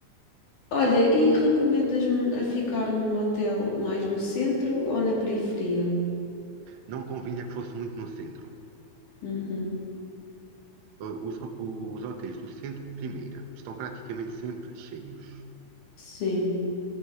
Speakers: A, on the left; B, on the right.
A: Olha, e recomendas-me a ficar num hotel mais no centro ou na periferia?
B: não convinha que fosse muito no centro.
A: Uhum.
B: O- Os, ho- os hotéis do centro, primeira, estão praticamente sempre cheios.
A: Sim,